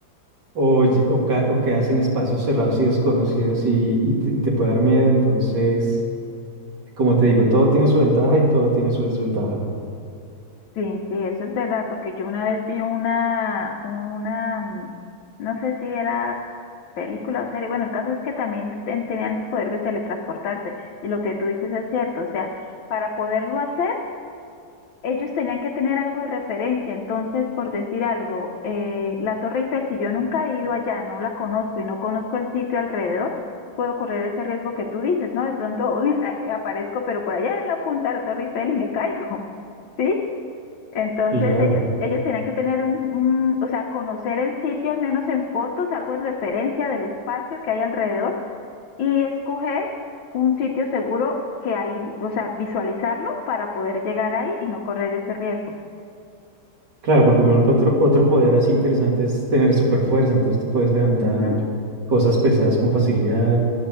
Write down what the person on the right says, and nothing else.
o, ll- o, ca- o quedas en espacios cerrados y desconocidos y, y te, y te puede dar miedo. Entonces, como te digo, todo tiene su ventaja y todo tiene su desventaja.
Claro.
Claro, porque por ejemplo otro, otro poder así interesante es tener super fuerza, entonces tú puedes levantar
cosas pesadas con facilidad,